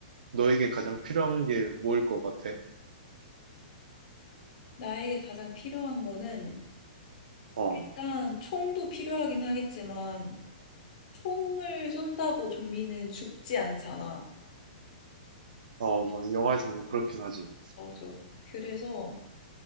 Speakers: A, on the right; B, on the left.
A: 너에게 가장 필요한 게 뭐일 것 같아?
B: 나에게 가장 필요한 거는
A: 어,
B: 일단 총도 필요하긴 하겠지만 총을 쏜다고 좀비는 죽지 않잖아.
A: 어, 막 영화에서 보면 그렇긴 하지.
B: 맞아. 그래서